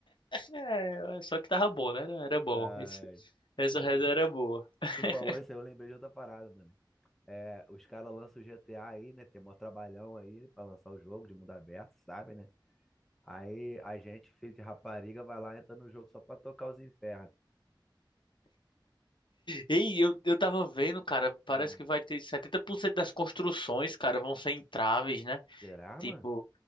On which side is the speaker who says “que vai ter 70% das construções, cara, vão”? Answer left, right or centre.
Left